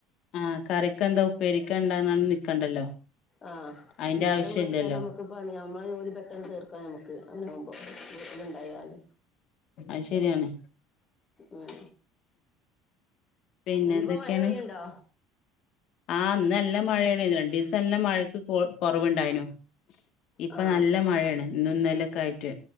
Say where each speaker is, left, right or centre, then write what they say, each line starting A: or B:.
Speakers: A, on the left (about 50°); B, on the left (about 20°).
A: ആഹ് കറിക്കെന്താ ഉപ്പേരിക്കെന്താണെന്ന് നിക്കണ്ടല്ലോ
B: ആഹ്
A: അയിന്റെ
B: നേരം
A: ആവശ്യം
B: വെളുത്താ
A: ഇല്ലല്ലോ
B: ഞമ്മക്ക് പണി നമ്മളെ ജോലി പെട്ടെന്ന് തീർക്കാ ഞമ്മക്ക് അങ്ങനെവുമ്പോ വീട്ടില് ഇണ്ടായാല്
A: അയ് ശരിയാണ്
B: ഉം
A: പിന്നെ
B: ഇന്നിപ്പോ
A: എന്തൊക്കെയാണ്
B: മഴ പെയ്യുണ്ടോ
A: ആഹ് ഇന്ന് നല്ല മഴയാണ് ഇതി ഇസെല്ലാം മഴക്ക്‌ കു കൊറവണ്ടായിനു ഇപ്പൊ
B: ആ
A: നല്ല മഴയാണ് ഇന്നും ഇന്നലേം ക്കെ ആയിട്ട്